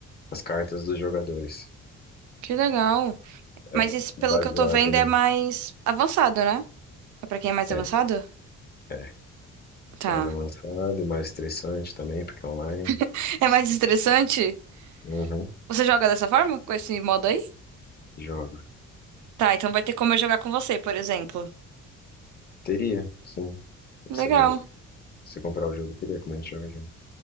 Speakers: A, on the left; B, on the right.
A: as cartas dos jogadores.
B: Que legal.
A: É
B: Mas
A: ba-
B: isso, pelo
A: é baseado,
B: que eu tô vendo,
A: né?
B: é mais avançado, né? É pra quem é mais
A: É,
B: avançado?
A: é.
B: Tá.
A: Mais avançado e mais estressante também, porque é online.
B: <laughs> É mais estressante?
A: Uhum.
B: Você joga dessa forma? Com esse modo aí?
A: Jogo.
B: Tá, então vai ter como eu jogar com você, por exemplo.
A: Teria, sim.
B: Legal.
A: Você joga. Se comprar o jogo, teria como a gente joga junto.